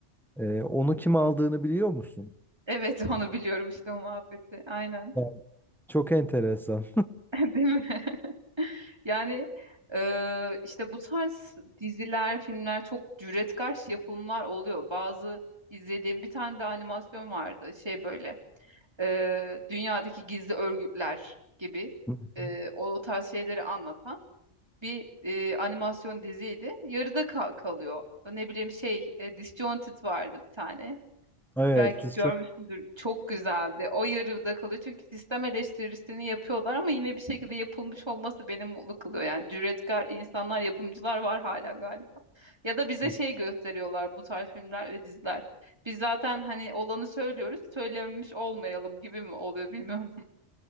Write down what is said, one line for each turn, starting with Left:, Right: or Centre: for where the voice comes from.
Centre: E, onu kim aldığını biliyor musun?
Right: Evet onu biliyorum işte o muhabbeti. Aynen.
Centre: Evet. Çok enteresan.
Right: <laughs> Değil mi? <laughs> Yani eee, işte bu tarz diziler, filmler çok cüretkar yapımlar oluyor. Bazı izlediğim bir tane de animasyon vardı. Şey böyle eee, dünyadaki gizli örgütler gibi
Centre: <laughs>
Right: eee, o tarz şeyleri anlatan bir eee, animasyon diziydi. Yarıda ka- kalıyor. Ne bileyim şey e, Disjointed vardı bir tane
Centre: Evet,
Right: belki
Centre: siz
Right: görmüşsündür
Centre: çok
Right: çok güzeldi. O yarıda kalıyor çünkü sistem eleştirisini yapıyorlar ama yine bir şekilde yapılmış olması beni mutlu kılıyor. Yani cüretkar insanlar, yapımcılar var hala galiba. Ya da bize
Centre: <laughs>
Right: şey gösteriyorlar bu tarz filmler ve diziler. Biz zaten hani olanı söylüyoruz, söylememiş olmayalım gibi mi oluyor bilmiyorum.